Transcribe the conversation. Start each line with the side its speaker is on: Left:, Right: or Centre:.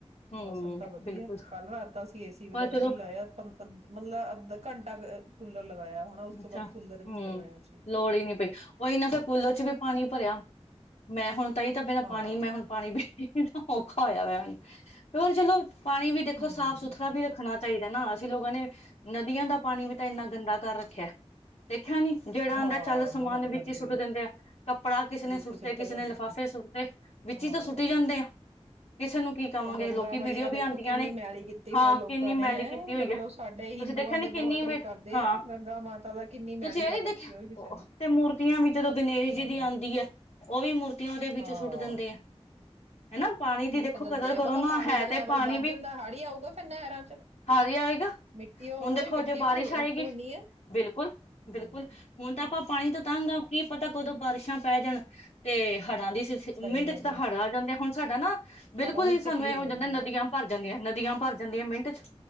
Left: ਹੂੰ
Right: ਮੌਸਮ ਤਾਂ ਵਧੀਆ
Left: ਬਿਲਕੁਲ
Right: ਕੱਲ੍ਹ ਰਾਤ ਅਸੀਂ ਏਸੀ ਵਗੈਰਾ
Left: ਪਰ ਚਲੋ
Right: ਵੀ ਨਹੀਂ ਲਾਇਆ ਮਤਲਬ ਅੱਧਾ ਘੰਟਾ ਕੂਲਰ ਲਗਾਇਆ ਹੋੜਾ ਉਸ
Left: ਅੱਛਾ
Right: ਤੋਂ ਬਾਅਦ
Left: ਹੂੰ
Right: ਕੂਲਰ ਵੀ ਨੀ ਲਗਾਇਆ ਅਸੀਂ।
Left: ਲੋੜ ਹੀ ਨੀ ਪਈ ਉਹੀ ਨਾ ਫਿਰ ਕੂਲਰ ਚ ਵੀ ਪਾਣੀ ਭਰਿਆ ਮੈਂ ਹੁਣ, ਤਾਂ ਹੀ ਤਾਂ ਪਹਿਲਾ
Right: ਹਾਂ
Left: ਪਾਣੀ ਮੈਂ ਹੁਣ ਪਾਣੀ ਵੀ ਔਖਾ ਹੋਇਆ ਐ। ਹੋਰ ਚਲੋ। ਪਾਣੀ ਵੀ ਦੇਖੋ,
Right: ਹੂੰ
Left: ਸਾਫ਼- ਸੁਥਰਾ ਵੀ ਰੱਖਣਾ ਚਾਹੀਦਾ। ਨਾ ਅਸੀਂ ਲੋਕਾਂ ਨੇ ਨਦੀਆਂ ਦਾ ਪਾਣੀ ਵੀ ਤਾਂ ਇੰਨਾ ਗੰਦਾ ਕਰ ਰੱਖਿਆ ਤੇ। ਖਿਆ ਨੀ ਜਿਹੜਾ
Right: ਹਾਂ
Left: ਆਂਦਾ ਚੱਲ ਸਮਾਨ
Right: ਬਹੁਤ
Left: ਵਿੱਚ
Right: ਗੰਦਗੀ
Left: ਹੀ ਸੁੱਟ ਦਿੰਦੇ ਆ ਕੱ ਕੱਪੜਾ ਕਿਸੇ ਨੇ
Right: ਵਿੱਚ
Left: ਸੁੱਟਤੇ
Right: ਸਿੱਟ
Left: ਕਿਸੇ
Right: ਦਿੰਦੇ
Left: ਨੇ ਲਿਫਾਫੇ
Right: ਆ
Left: ਸੁੱਟ ਤੇ ਵਿੱਚ
Right: ਹਾਂ
Left: ਹੀ ਤਾਂ ਸੁੱਟੀ ਜਾਂਦੇ ਆ। ਕਿਸੇ ਨੂੰ ਕੀ ਕਵਾਂਗੇ
Right: ਉਹ ਗੰਗਾ
Left: ਲੋਕੀ
Right: ਮਈਆ
Left: ਵੀਡੀਓ ਵੀ
Right: ਦੇਖੋ,
Left: ਆਉਂਦੀਆਂ
Right: ਕਿੰਨੀ
Left: ਨੇ
Right: ਮੈਲੀ ਕੀਤੀ
Left: ਹਾਂ
Right: ਹੋਈ ਐ ਲੋਕਾਂ
Left: ਕਿੰਨੀ ਮੈਲੀ
Right: ਨੇ ਹੈਂ,
Left: ਕੀਤੀ ਹੋਈ
Right: ਮਤਲਬ
Left: ਹੈ
Right: ਸਾਡੇ
Left: ਤੁਸੀਂ
Right: ਹਿੰਦੂਆਂ
Left: ਦੇਖਿਆ ਨੀ
Right: ਦੇ
Left: ਕਿੰਨੀ
Right: ਬਹੁਤ
Left: ਵੀ
Right: ਉਹ ਕਰਦੇ
Left: ਹਾਂ
Right: ਆ ਗੰਗਾ ਮਾਤਾ ਦਾ ਕਿੰਨੀ
Left: ਤੁਸੀਂ
Right: ਮੈਲੀ
Left: ਇਹ ਨੀ
Right: ਕਰ
Left: ਦੇਖਿਆ
Right: ਰੱਖੀ ਐ, ਉਹ ਵੀ ਬਚਾਰੀ
Left: ਤੇ ਮੂਰਤੀਆਂ ਵੀ ਜਦੋਂ ਗਣੇਸ਼
Right: ਹਾਂ।
Left: ਜੀ ਦੀ ਹੈ, ਉਹ ਵੀ ਮੂਰਤੀਆਂ ਉਹਦੇ ਵਿੱਚ
Right: ਹਾਂ
Left: ਸੁੱਟ ਦਿੰਦੇ ਆ। ਹਣਾ, ਪਾਣੀ
Right: ਸੁੱਟ
Left: ਦੀ ਦੇਖੋ
Right: ਦਿੰਦੇ
Left: ਕਦਰ
Right: ਆ
Left: ਕਰੋ
Right: ਪਤਾ
Left: ਨਾ
Right: ਪਾਣੀ
Left: ਹੈ
Right: ਦਾ ਲੈਵਲ
Left: ਤੇ ਪਾਣੀ
Right: ਵੱਧ
Left: ਵੀ
Right: ਜਾਂਦਾ ਹਾੜੀ ਆਊਗਾ ਫਿਰ ਨਹਿਰਾਂ ਚ
Left: ਹਾਰੀ ਆਏਗਾ
Right: ਮਿੱਟੀ ਉਹ
Left: ਹੁਣ ਦੇਖੋ
Right: ਵੀ ਮਿੱਟੀ
Left: ਜੇ ਬਾਰਿਸ਼
Right: ਘੁਲ
Left: ਆਏਗੀ
Right: ਘੁਲਣੀ ਹੈ
Left: ਬਿਲਕੁਲ,
Right: ਹਮ
Left: ਬਿਲਕੁਲ ਹੁਣ ਤਾਂ ਆਪਾਂ ਪਾਣੀ ਤਾਂ ਤੰਗਾ ਆ। ਕੀ ਪਤਾ ਕਦੋਂ ਬਾਰਿਸ਼ਾਂ ਪੈ ਜਾਣ ਤੇ, ਹੜ੍ਹਾਂ ਦੀ
Right: ਸਹੀ
Left: ਮਿੰਟ
Right: ਗੱਲ
Left: ਚ ਤਾਂ ਹੜ
Right: ਹੈ
Left: ਆ ਜਾਂਦਾ। ਹੁਣ ਸਾਡਾ ਨਾ, ਬਿਲਕੁਲ
Right: ਹੜਾਂ ਦੀ
Left: ਹੀ,
Right: ਸਥਿਤੀ
Left: ਸਾਨੂੰ ਇਹ ਹੋ
Right: ਜਾਂਦੀ
Left: ਜਾਂਦਾ ਹੈ ਨਦੀਆਂ ਭਰ ਜਾਂਦੀਆਂ ਨਦੀਆਂ ਭਰ ਜਾਂਦੀ ਆ ਮਿੰਟ ਚ